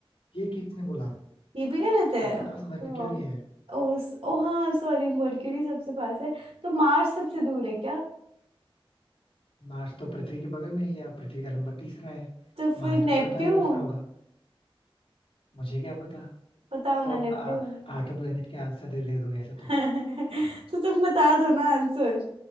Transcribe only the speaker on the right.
ये भी गलत है
हाँ
उस ओ हाँ सॉरी मर्क्यूरी सबसे पास है तो मार्स सबसे दूर है क्या
तो फिर
नेपट्यून
बताओ
ना नेपट्यून
<laughs>
तो तुम बता दो ना आंसर